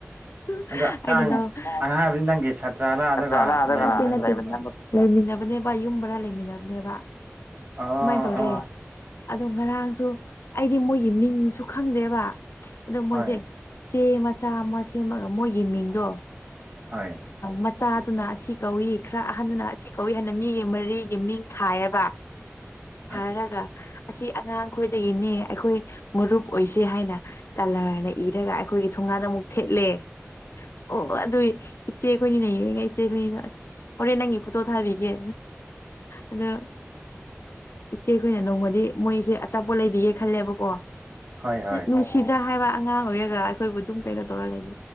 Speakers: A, on the left (about 60°); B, on the right (about 40°).
A: <unintelligible>
B: ꯑꯗꯣ ꯑꯉꯥꯡ ꯑꯉꯥꯡ ꯍꯥꯏꯕꯗꯤ ꯅꯪꯒꯤ ꯁꯥꯇ꯭ꯔꯥꯂꯥ ꯑꯗꯨꯒ ꯂꯩꯃꯤꯟꯅꯕꯒꯨꯝꯕ
A: <inaudible> ꯂꯩꯃꯤꯟꯅꯕꯅꯦꯕ ꯌꯨꯝ ꯔ ꯂꯩꯃꯤꯟꯅꯕꯅꯦꯕ
B: ꯑꯣ
A: ꯁꯃꯥꯏꯅ ꯇꯧꯔꯦ
B: ꯑꯣ
A: ꯑꯗꯣ ꯉꯔꯥꯡꯁꯨ ꯑꯩꯗꯤ ꯃꯣꯏꯒꯤ ꯃꯤꯡꯁꯨ ꯈꯪꯗꯦꯕ ꯑꯗꯣ ꯃꯣꯏꯁꯦ
B: ꯍꯣꯏ
A: ꯆꯦ ꯃꯆꯥ ꯑꯃ ꯁꯦꯝꯃꯒ ꯃꯣꯏꯒꯤ ꯃꯤꯡꯗꯣ
B: ꯍꯣꯏ
A: ꯃꯆꯥꯗꯨꯅ ꯑꯁꯤ ꯀꯧꯏ ꯈꯔ ꯑꯍꯟꯗꯨꯅ ꯑꯁꯤ ꯀꯧꯏ ꯍꯥꯏꯅ ꯃꯤꯒꯤ ꯃꯔꯤꯒꯤ ꯃꯤꯡ ꯊꯥꯏꯑꯕ
B: ꯑꯁ
A: ꯍꯔꯒ ꯑꯁꯤ ꯑꯉꯥꯡ ꯈꯣꯏꯗꯒꯤꯅꯦ ꯑꯩꯈꯣꯏ ꯃꯔꯨꯞ ꯑꯣꯏꯁꯦ ꯍꯥꯏꯅ ꯀꯂꯔꯅ ꯏꯔꯒ ꯑꯩꯈꯣꯏꯒꯤ ꯊꯨꯡ ꯉꯥꯗ ꯑꯃꯨꯛ ꯊꯦꯠꯂꯦ ꯑꯣ ꯑꯣ ꯑꯗꯨꯏ ꯏꯆꯦ ꯑꯩꯈꯣꯏꯅꯤꯅꯦ ꯌꯦꯡꯉ ꯏꯆꯦ ꯑꯩꯈꯣꯏꯅꯤꯅ ꯑꯁ ꯍꯣꯔꯦꯟ ꯅꯪꯉ ꯇꯣ ꯊꯥꯕꯤꯒꯦ ꯑꯗꯣ ꯏꯆꯦ ꯑꯩꯈꯣꯏꯅ ꯅꯣꯡꯃꯗꯤ ꯃꯣꯏꯁꯦ ꯑꯆꯥꯄꯣꯠ ꯂꯩꯕꯤꯌꯦ ꯈꯜꯂꯦꯕꯀꯣ
B: ꯍꯣꯏ ꯍꯣꯏ
A: ꯅꯨꯡꯁꯤꯗ꯭ꯔꯥ ꯍꯥꯏꯕ ꯑꯉꯥꯡ ꯑꯣꯏꯔꯒ ꯑꯩꯈꯣꯏꯕꯨ ꯑꯗꯨꯝ ꯀꯩꯅꯣ ꯇꯧꯔ ꯂꯩꯕ